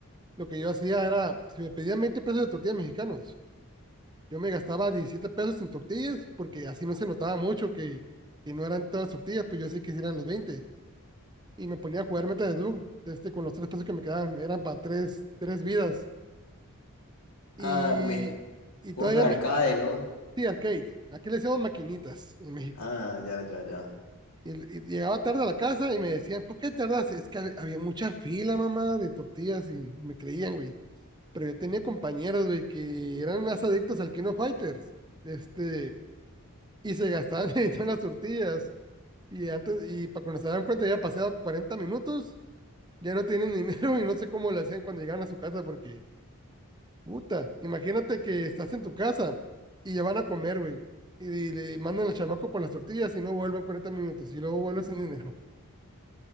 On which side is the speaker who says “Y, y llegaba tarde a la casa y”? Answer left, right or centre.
Right